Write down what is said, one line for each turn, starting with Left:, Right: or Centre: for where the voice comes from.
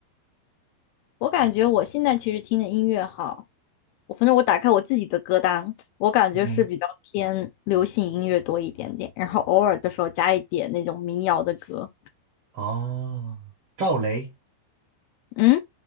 Left: 我感觉我现在其实听的音乐哈，我反正我打开我自己的歌单，我感觉是比较偏流行音乐多一点点，
Right: 嗯，
Left: 然后偶尔的时候加一点那种民谣的歌。
Right: 哦，赵雷。
Left: 嗯，